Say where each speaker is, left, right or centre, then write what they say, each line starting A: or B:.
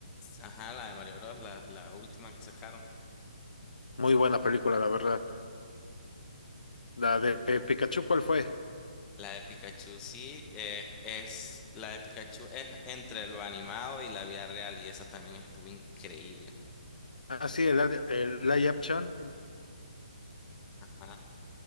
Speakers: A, on the left (about 20°); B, on the left (about 80°).
A: ajá, la de Mario Bros, la, la última que sacaron.
B: muy buena película, la verdad. La de Pikachu, ¿cuál fue?
A: La de Pikachu sí, eh, es, la de Pikachu es entre lo animado y la vida real y esa también estuvo increíble.
B: Ah, sí, el, el Live Action.
A: Ajá.